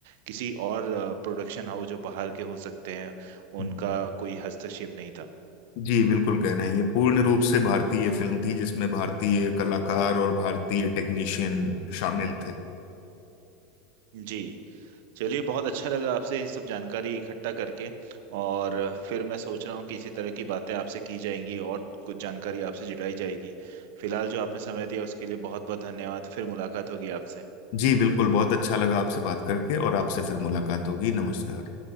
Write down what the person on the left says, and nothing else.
हम्म।
जी बिल्कुल कह रहे हैं ये पूर्ण रूप से भारतीय फिल्म थी जिसमें भारतीय कलाकार और भारतीय टेक्नीशियन शामिल थे
जी बिल्कुल बहुत अच्छा लगा आपसे बात करके और आपसे फिर मुलाकात होगी नमस्कार